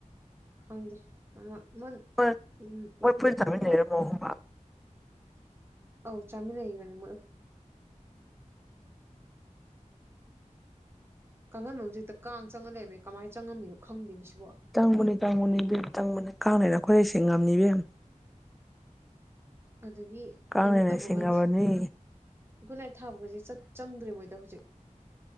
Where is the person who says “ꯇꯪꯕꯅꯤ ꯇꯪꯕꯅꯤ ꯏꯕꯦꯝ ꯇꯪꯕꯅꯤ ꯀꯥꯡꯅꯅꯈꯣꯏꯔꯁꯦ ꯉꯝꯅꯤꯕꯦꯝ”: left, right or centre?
Centre